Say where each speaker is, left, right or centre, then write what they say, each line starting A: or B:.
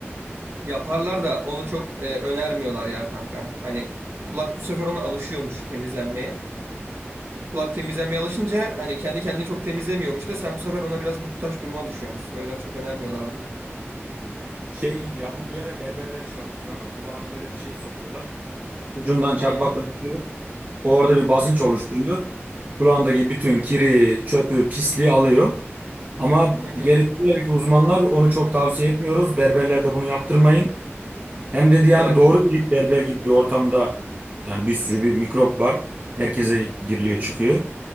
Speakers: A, on the right; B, on the right.
A: Yaparlar da onu çok e, önermiyorlar ya kanka. Hani kulak bu sefer ona alışıyormuş temizlenmeye. Kulak temizlenmeye alışınca hani kendi kendini çok temizlemiyormuş da sen bu sefer ona biraz muhtaç duruma düşüyormuşsun. O yüzden çok önermiyorlar onu da.
B: Hı. Şey gibi ya bu bir ara berberler çıkarmıştı kanka. Kulağına böyle bir şey sokuyorlar. Ucundan çakmakla
A: Hı
B: yapıyor. O orada bir basınç
A: hı hı
B: oluşturuyor. Kulağındaki bütün kiri, çöpü, pisliği alıyor. Ama
A: hı. hı.
B: geri dönüyor ki uzmanlar onu çok tavsiye etmiyoruz. Berberler de bunu yaptırmayın. Hem dedi yani
A: Evet.
B: doğru değil berber gibi bir ortamda yani bir sürü bir mikrop var. Herkese giriliyor çıkıyor.